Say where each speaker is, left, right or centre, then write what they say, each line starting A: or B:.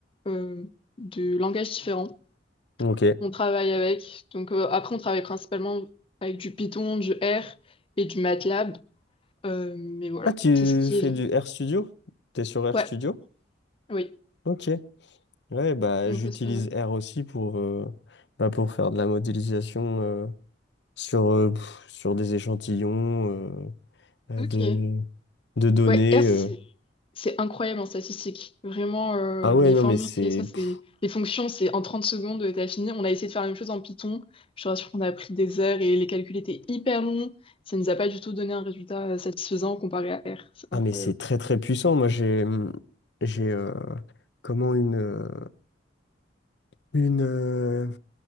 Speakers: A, on the left; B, on the left.
A: euh, de langages différents.
B: Ok.
A: On travaille avec, donc euh, après on travaille principalement avec du Python, du R et du MATLAB. Euh, mais voilà,
B: Ah, tu
A: c'est ce qui
B: fais
A: est.
B: du RStudio? T'es sur RStudio?
A: Ouais, oui,
B: Ok. Ouais, bah
A: donc
B: j'utilise
A: ça c'est pas mal.
B: R aussi pour, euh, bah, pour faire de la modélisation euh, sur, euh, pff, sur des échantillons. euh, euh,
A: Ok.
B: de, de données.
A: Ouais, R, c'est
B: euh.
A: c'est incroyable en statistique. Vraiment, euh,
B: Ah
A: les
B: ouais, non,
A: formules
B: mais c'est
A: qui est ça, c'est
B: pff,
A: les fonctions, c'est en 30 secondes, t'as fini. On a essayé de faire la même chose en Python. Je te rassure qu'on a pris des heures et les calculs étaient hyper longs. Ça nous a pas du tout donné un résultat euh, satisfaisant comparé à R. C'est
B: ah,
A: incroyable.
B: mais c'est très très puissant. Moi, j'ai hum, j'ai euh, comment une euh, une euh,